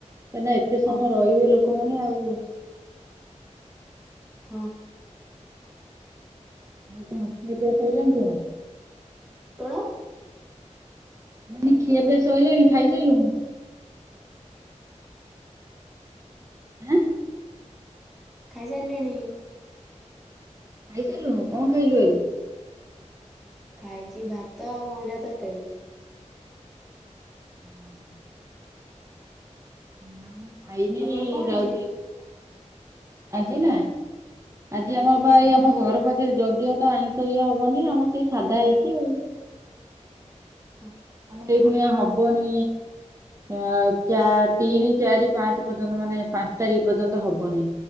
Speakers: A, on the right (about 25°); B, in the centre.
A: ମାନେ ଏତେ
B: ହଁ
A: ସମୟ ରହିବେ ଲୋକମାନେ ଆଉ
B: ହଁ।
A: ଆଉ କଣ ଖିଆ ପିଆ ସଇିଲାଣି ତୋର?
B: କଣ?
A: ମୁ କହିନି ଖିଆ ପିଆ ସଇଲାଣି ଖାଇସାଇଲୁଣୁ? ଆଁ।
B: ଖାଇସାଇଲେଣି?
A: ଖାଇସାରୁଲୁନୁ କଣ ଖାଇଲୁ ଆଜି?
B: ଖାଇଛି ଭାତ ଆଉ ଅଣ୍ଡା ତର୍କାରୀ।
A: <unintelligible> ନା ଖାଇନି
B: ତମର କଣ
A: ଯାଉଛି
B: ହେଇଛି
A: ଆଜି ନା? ଆଜି
B: ହୁଁ
A: ଆମର ପା ଏଇ ଆମ ଘର ପାଖରେ ଯଜ୍ଞ ତ ଆଇଁଷ ଇଏ ହବନି ଆମ ସେଇ ସାଧା ହେଇଛି ଆଉ।
B: ଓ।
A: ମୋତେ ବି ଖୁଣିଆ ହବନି। ଆଉ ଚା ତିନି, ଚାରି, ପାଞ୍ଚେ ପର୍ଯ୍ୟନ୍ତ ମାନେ ପାଞ୍ଚ୍ ତାରିଖ ପର୍ଯ୍ୟନ୍ତ ହବନେଇ।